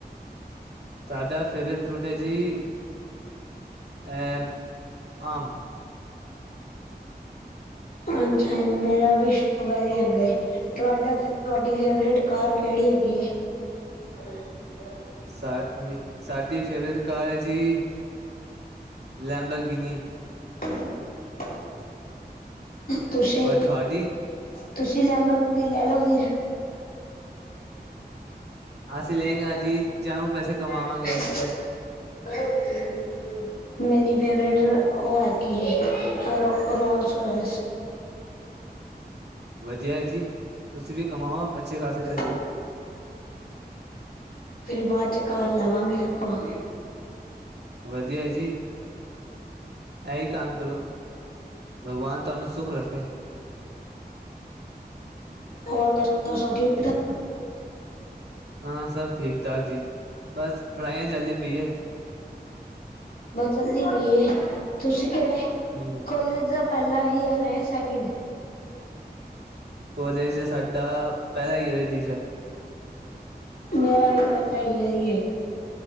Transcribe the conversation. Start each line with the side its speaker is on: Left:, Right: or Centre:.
Left: <inaudible>
Right: ਸਾਡਾ ਫੇਵਰੇਟ ਫਰੂਟ ਹੈ ਜੀ ਅ ਆਮ
Left: ਅੱਛਾ, ਮੇਰਾ ਵੀ ਸ਼ੋਕ ਹੈ ਜੀ ਅੱਗੇ। ਤੁਹਾਡਾ, ਤੁਹਾਡੀ ਫੇਵਰੇਟ ਕਾਰ ਕਿਹੜੀ ਹੈਗੀ ਹੈ? <unintelligible>
Right: ਸਾ ਮੇ ਸਾਡੀ ਫੇਵਰੇਟ ਕਾਰ ਹੈ, ਜੀ ਲੈਂਬਰ ਗਿਨੀ,
Left: <inaudible> ਤੁਸੀਂ,
Right: ਔਰ ਤੁਹਾਡੀ
Left: ਤੁਸੀਂ ਲੈਂਬਰਨੀ ਲੈ ਲਓ ਫਿਰ। <unintelligible>
Right: ਅਸੀਂ ਲੈਂਗੇ ਜੀ ਜਾਊ ਪੈਸੇ ਕਮਾਵਾਂਗੇ
Left: ਮੇਰੀ ਫੇਵਰੇਟ ਓਹ ਹੈਗੀ ਏ ਰੋ ਰੋਲਸ ਰੌਏਸ।
Right: ਵਧੀਆ ਹੈ ਜੀ ਤੁਸੀਂ ਵੀ ਕਮਾਓ ਅੱਛੇ ਖਾਸੇ ਪੈਸੇ
Left: <inaudible> ਫਿਰ ਬਾਦ ਚ ਕਾਰ ਲਵਾਂਗੇ ਆਪਾਂ। <inaudible>
Right: ਵਧੀਆ ਹੈ ਜੀ ਇਹੀ ਕੰਮ ਕਰੋ ਭਗਵਾਨ ਤੁਹਾਨੂੰ ਸੁੱਖ ਰੱਖੇ।
Left: ਹੋਰ ਦੱਸੋ ਸਭ ਠੀਕ ਠਾਕ?
Right: ਹਾਂ ਸਭ ਠੀਕ ਠਾਕ ਜੀ, ਬਸ ਪੜ੍ਹਾਈਆਂ ਚੱਲਦੀ ਪਈ ਏ।
Left: ਬ ਚਲਦੀ ਪਈ ਹੈ, ਤੁਸੀ ਕੇਹੜੇ
Right: ਹਮ
Left: ਕੋਲੇਜ ਦਾ ਪਹਿਲਾ ਹੀ ਯਾ ਰਹੇ ਸੈਕਿੰਡ। <unintelligible>
Right: ਕੋਲੇਜ ਦਾ ਸਾਡਾ ਪਹਿਲਾ ਈਅਰ ਹੈ ਜੀ ਸਰ
Left: ਮੇਰਾ ਵੀ ਪਹਿਲਾ ਇਅਰ ਈ ਏ।